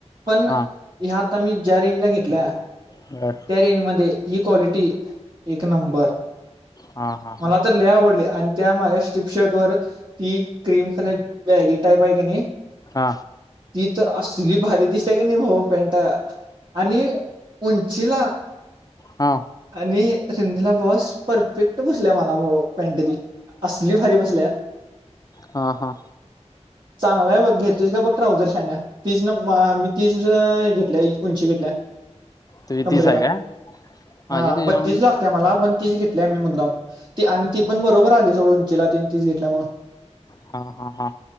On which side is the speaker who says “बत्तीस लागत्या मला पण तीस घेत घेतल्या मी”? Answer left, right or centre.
Right